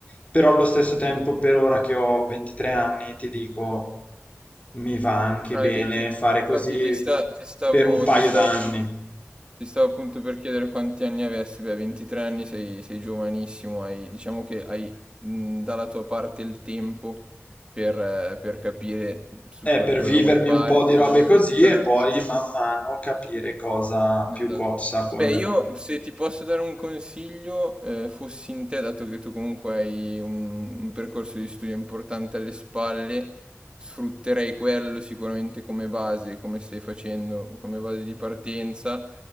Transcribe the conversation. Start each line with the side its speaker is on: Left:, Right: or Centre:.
Left: Però allo stesso tempo, per ora che ho 23 anni, ti dico, mi va anche
Right: Ah,
Left: bene
Right: i 20 infatti
Left: fare così
Right: ti, sta- ti stavo,
Left: per un paio
Right: ti stavo
Left: d'anni.
Right: appunto, ti stavo appunto per chiedere quanti anni avessi, beh, 23 anni sei, sei giovanissimo, hai, diciamo che hai mh, dalla tua parte il tempo per, eh, per capire su
Left: Eh,
Right: co-
Left: per
Right: cosa
Left: vivermi
Right: vuoi fare,
Left: un po'
Right: su
Left: di robe
Right: cosa vuoi
Left: così
Right: buttarti.
Left: e poi man mano capire cosa
Right: Esatto.
Left: più cozza con...
Right: Beh, io se ti posso dare un consiglio, eh, fossi in te, dato che tu comunque hai un, un percorso di studio importante alle spalle, sfrutterei quello sicuramente come base, come stai facendo, come base di partenza